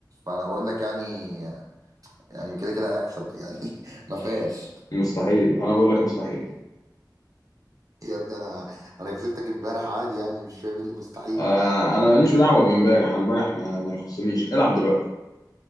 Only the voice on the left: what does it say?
مستحيل انا بقول لك مستحيل
آه انا ماليش دعوه بامبارح امبارح ما, ما يخصنيش العب دلوقتي